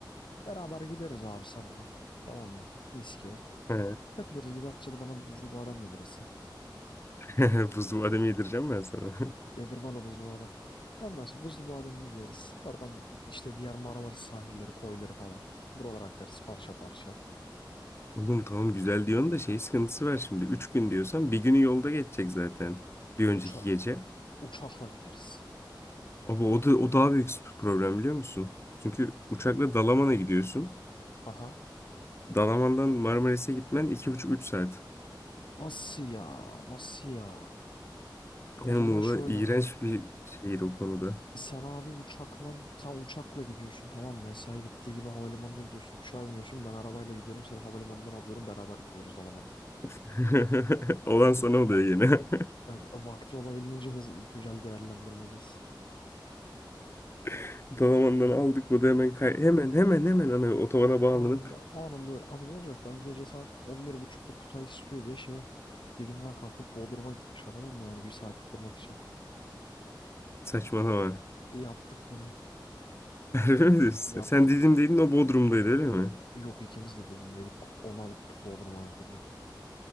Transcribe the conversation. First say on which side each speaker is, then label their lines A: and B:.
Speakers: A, on the left; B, on the left.
A: Beraber gideriz abi senden. Tamam mı? Mis gibi.
B: He.
A: Takılırız bir Datça'da bana bir buzlu badem yedirirsin.
B: <laughs> Buzlu badem yedireceğim ben sana.
A: Yedir bana buzlu badem. Ondan sonra buzlu bademimizi yeriz. Oradan işte diğer Marmaris sahilleri, koyları falan. Buralara akarız parça parça.
B: <laughs> Oğlum tamam güzel diyorsun da şey sıkıntısı var şimdi. Üç gün diyorsan bir günü yolda geçecek zaten. Bir önceki
A: Uça
B: gece.
A: uçakla gideriz.
B: Ama o da, o daha büyük problem biliyor musun? Çünkü uçakla Dalaman'a gidiyorsun.
A: Haha.
B: Dalaman'dan Marmaris'e gitmen iki buçuk üç saat.
A: Nasıl ya? Nasıl ya? O
B: Ya
A: zaman
B: Muğla
A: şöyle.
B: iğrenç bir şehir o konuda.
A: Sen abi uçakla sen uçakla gidiyorsun tamam mı? mesai bittiği gibi havalimanına gidiyorsun uçağa biniyorsun ben arabayla gidiyorum seni havalimanından alıyorum beraber gidiyoruz Dalaman'dan.
B: <laughs> Olan
A: Olabil
B: sana oluyor
A: vakti,
B: yine.
A: evet, vakti olabildiğince hızlı güzel değerlendirmeliyiz.
B: <laughs> Dalaman'dan
A: Hani
B: aldık mı da hemen kay hemen hemen hemen hani otobana
A: e,
B: bağlanıp
A: anında anında öyle abi ne olacak ben gece saat on bir buçukta Kutay istiyor diye şeye Didim'den kalkıp Bodrum'a gitmiş adamım yani bir saat oturmak için.
B: saçmalama.
A: Yaptık bunu
B: <laughs> Harbi mi diyorsun?
A: yaptık.
B: Sen Didim değilin o Bodrum'daydı öyle mi?
A: Yok ikimiz de Didim dedik onu alıp Bodrum'a götürdüm.